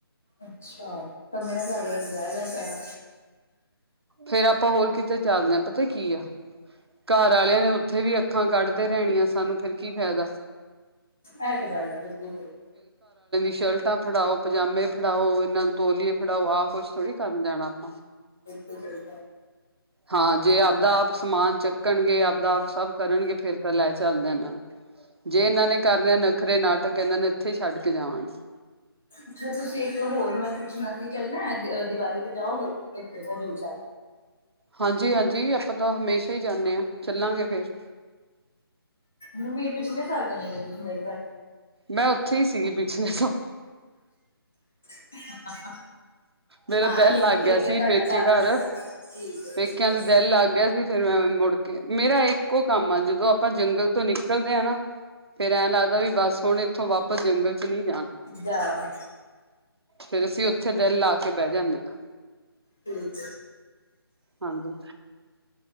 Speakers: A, in the centre; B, on the right.
A: ਅੱਛਾ ਪਰ ਮੇਰਾ ਘਰ ਵਾਲਾ ਜਾਏਗਾ ਪੇਨਾ
B: ਫੇਰ ਆਪ ਆਪਾਂ ਹੋਰ ਕਿਤੇ ਚੱਲਦੇ ਹ ਪਤਾ ਕੀ ਆ ਘਰ ਆਲਿਆਂ ਨੇ ਉੱਥੇ ਵੀ ਅੱਖਾਂ ਕੱਢਦੇ ਰਹਿਣੀਆਂ ਸਾਨੂੰ ਫਿਰ ਕੀ ਫਾਇਦਾ
A: ਇਹ ਤੇ ਗੱਲ ਹੈ ਬਿਲਕੁਲ ਸਹੀ ਗੱਲ
B: ਸ਼ਲਟਾਂ ਫੜਾਓ ਪਜਾਮੇ ਫੜਾਓ ਇਹਨਾਂ ਤੋਲੀਏ ਆਹ ਕੁਸ਼ ਥੋੜੀ ਕਰਨ ਜਾਣਾ ਆਪਾਂ
A: ਕਾ
B: ਹਾਂ ਜੇ ਆਪਦਾ ਆਪ ਸਮਾਨ ਚੱਕਣਗੇ ਆਪਦਾ ਆਪ ਸਭ ਕਰਨਗੇ ਫੇਰ ਤਾਂ ਲੈ ਚੱਲ ਜਾਣਾ ਜੇ ਇਹਨਾਂ ਨੇ ਕਰਨ ਨਖਰੇ ਨਾਟਕ ਇਹਨਾਂ ਨੇ ਇੱਥੇ ਹੀ ਛੱਡ ਕੇ ਜਾਵਾਂਗੇ
A: ਅੱਛਾ ਤੁਸੀਂ ਇੱਕ ਹੋਰ ਮੈਂ ਪੁੱਛਣਾ ਸੀ ਚੱਲਣਾ ਦੀਵਾਲੀ ਜਾਓਗੇ ਇੱਥੇ ਹਜ਼ੂਰ ਸਾਹਿ
B: ਹਾਂਜੀ ਹਾਂਜੀ ਆਪਾਂ ਤਾਂ ਹਮੇਸ਼ਾ ਹੀ ਜਾਂਦੇ ਹਾਂ ਚੱਲਾਂਗੇ ਫੇਰ
A: ਹੁਣ ਵੀ ਪਿਛਲੇ ਦੇ ਤੁਸੀਂ ਮੇਰੀ ਗੱਲ
B: ਮੈਂ ਉੱਥੇ ਹੀ ਸੀਗੀ ਪਿਛਲੇ ਤੋਂ
A: <inaudible>
B: ਮੇਰਾ
A: ਹਾਂ
B: ਦਿਲ
A: ਸੱਚੀ
B: ਲੱਗ
A: ਠੀਕ
B: ਗਿਆ
A: ਹੈ
B: ਸੀ
A: ਤੁਹਾਡਾ
B: ਪੇਕੇ ਘਰ
A: ਉੱਧਰ ਹੈ ਨਾ ਠੀਕ ਹੈ
B: ਪੇਕਿਆਂ
A: ਠੀਕ ਹੈ।
B: ਦੇ ਦਿਲ ਲੱਗ ਗਿਆ ਸੀ ਫੇਿਰ ਮੈਂ ਮੁੜ ਕੇ ਮੇਰਾ ਇੱਕੋ ਕੰਮ ਆ ਜਦੋਂ ਆਪਾਂ ਜੰਗਲ ਤੋਂ ਨਿਕਲਦੇ ਹਾਂ ਨਾ ਫੇਰ ਐਂ ਲੱਗਦਾ ਵੀ ਬਸ ਹੁਣ ਇੱਥੋਂ ਵਾਪ ਵਾਪਸ ਜੰਗਲ ਚ ਨਹੀਂ
A: ਜਾਣਾ
B: ਫਿਰ ਅਸੀ ਇੱਥੇ ਦਿਲ ਲਾ ਕੇ ਬਹਿ ਜਾਂਦੇ ਆ
A: ਠੀਕ
B: ਹਾਂਜੀ